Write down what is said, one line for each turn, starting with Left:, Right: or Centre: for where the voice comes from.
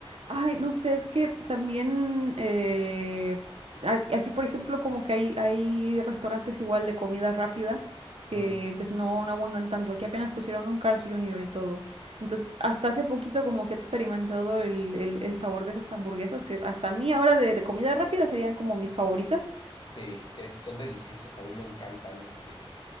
Right: ay, no sé, es que también eh, a- aquí, por ejemplo, como que hay, hay restaurantes igual de comida rápida que
Left: Mm,
Right: pues no, no abundan tanto. Aquí apenas pusieron un Carl's Jr. y todo. Entonces, hasta hace poquito como que he experimentado el, el- el sabor de esas hamburguesas que hasta a mí ahora de, de comida rápida serían como mis favoritas.
Left: sí, es- son deliciosas, a mí me encantan, es así.